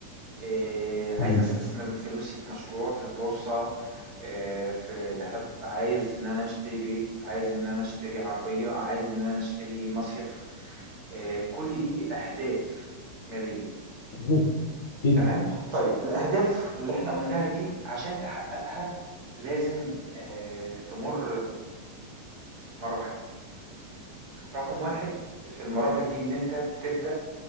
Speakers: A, on the right (about 40°); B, on the left (about 60°).
A: آآ عايز
B: مهم.
A: أستثمر فلوسي في مشروع، في البورصة، آآ في دهب، عايز إن أنا أشتري بيت، عايز إن أنا أشتري عربية، عايز إن أنا أشتري مصيف، آآ كل دي أهداف مالية،
B: مهم. اكيد
A: تمام؟ طيب الأهداف اللي إحنا قُلناها دي عشان تحققها لازم آآ تمُر بمراحل، رقم 1 في المراحل دي إن أنت تبدأ